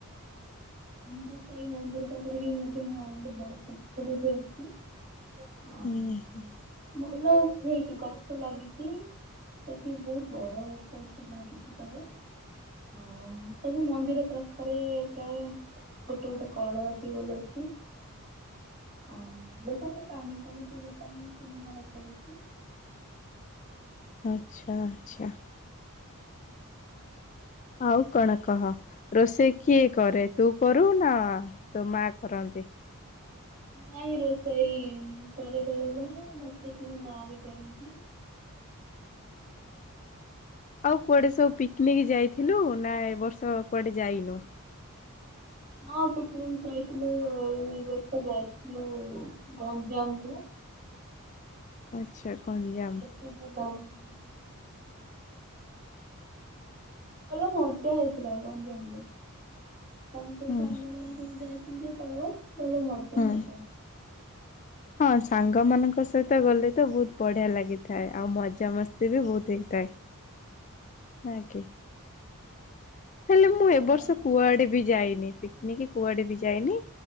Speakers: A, on the right (about 35°); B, on the left (about 35°).
A: ଆମର ସେଇ ମନ୍ଦିର ପାଖରେ ବି ମଧ୍ୟ ବଡ ପୋଖରୀ ଟେ ଅଛି। ଆଉ
B: ହୁଁ ହୁଁ।
A: ଭଲ ହେଇକି ଗଛ ଲାଗିଛି। ସେଠି ବହୁତ ବଡ ଗଛ ଗଛ ଲାଗିଛି ସବୁ। ଓ ସବୁ ମନ୍ଦିର ପାଖରେ ପ୍ରାୟ ଗୋଟେ ଗୋଟେ କଳ ଟିିୱେଲ ଅଛି। ଓ ଲୋକମାନେ ପାଣି ଫାଣି ପିଇବା ପାଇଁ ସୁବିଧା ରଖାଯାଉଛି।
B: ଆଛା ଆଛା।
A: ହୁଁ।
B: ଆଉ କଣ କହ? ରୋଷେଇ କିଏ କରେ ତୁ କରୁ ନା ତୋ ମା କରନ୍ତି?
A: ନାଇଁ ରୋଷେଇ ମୁଁ କରେ ବେଳେବେଳେ ନଚେତ ମୋ ମା ବି କରନ୍ତି।
B: ଆଛା। ଆଉ କୁଆଡେ ସବୁ ପିକିନିକି ଯାଇଥିଲୁ ନା ଏ ବର୍ଷ କୁଆଡେ ଯାଇନୁ?
A: ହଁ ପିକନିକ ଯାଇଥିଲୁ ଏ ବର୍ଷ ଯାଇଥିଲୁ ଗଞ୍ଜାମ କୁ।
B: ଆଚ୍ଛା ଗଞ୍ଜାମ।
A: <inaudible> ଭଲ ମଜା ହେଇଥିଲା, ଗଞ୍ଜାମ ରେ। ଆମେ ସବୁ ସାଙ୍ଗ
B: ହୁଁ
A: ମାନେ ସବୁ ଯାଇଥିଲୁ ଯେତବେଳେ, ଭଲ ମଜା
B: ହୁଁ
A: ହଉଥ।
B: ହଁ, ସାଙ୍ଗ ମାନଙ୍କ ସହିତ ଗଲେ ତ, ବହୁତ ବଢିଆ ଲାଗେ। ଥାଏ, ଆଉ ମଜାମସ୍ତି ବି ବହୁତ ହେଇଥାଏ। ହଁ କି। ହେଲେ ମୁଁ ଏବ
A: ଆଉ
B: ବର୍ଷ କୁଆଡେ ବି ଯାଇନି? ପିକନିକ୍ କୁଆଡେ ବି ଯାଇନି?